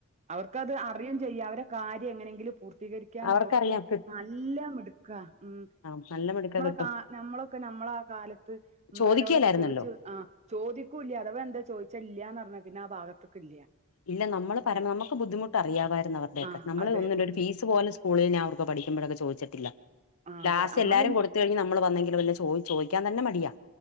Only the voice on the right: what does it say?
അവർക്കത് അറിയും ചെയ്യാം അവരെ കാര്യം എങ്ങനെങ്കിലും പൂർത്തീകരിക്കാൻ
അവർക്ക് നല്ലമിടുക്ക ഉം
ക നമ്മളൊക്കെ നമ്മള ആ കാലത്ത് ഇമ്മരോടൊക്കെ
ചോദിച്ചു ആഹ് ചോദിക്കൂല്ല അഥവാ എന്താ ചോദിച്ചാ ഇല്ലന്ന് പറഞ്ഞ പിന്നെ ആ ഭാഗത്ക്ക് ഇല്ല
ആ
അതെ
ഉം
ആ
അതെ നമ്മളയിന്